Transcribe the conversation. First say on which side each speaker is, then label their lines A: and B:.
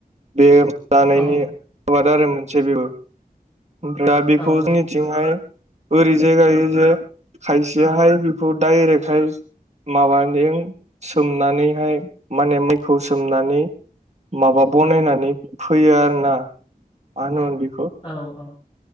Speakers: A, on the right; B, on the left.
A: बे दानायनि
B: औ
A: आबाद आरो मोनसे बेबो ओमफ्राय बेखौ
B: औ औ
A: जोंनिथिंहाय ओरै जाय गायो जे खायसेहाय बेखौ डाइरेक्टहाय माबाजों सोमनानैहाय माने मायखौ सोमनानै माबा बनायनानै फैयो आरो ना मा होनोमोन बे
B: औ औ